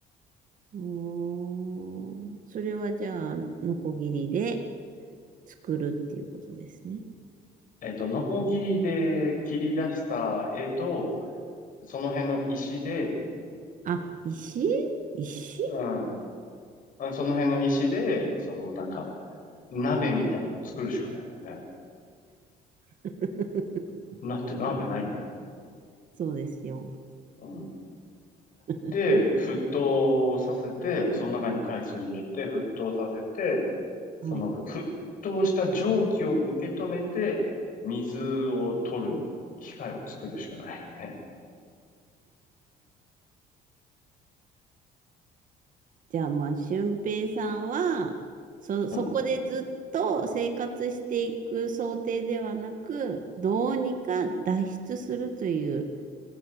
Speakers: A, on the right (about 50°); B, on the left (about 55°).
A: うーん。それはじゃあ、ノコギリで。作るっていうことですね。
B: えっと、ノコギリで切り出した絵と、その辺の石で、
A: あ、石石
B: うん、あその辺の石で、そのなんか、鍋みたいなの作るしかないよね。
A: <laughs>
B: だって鍋ないんだも
A: そうですよ。
B: ん。うん。
A: <laughs>
B: で、沸騰させて、その中に海水入れて、沸騰させて、その沸騰した蒸気を受け止めて、
A: はい。
B: 水を取る機械を作るしかないよね。
A: じゃあ、まあ、俊平さんは、そ、
B: うんう
A: そこでずっと生活していく想定ではなく、どうにか脱出するという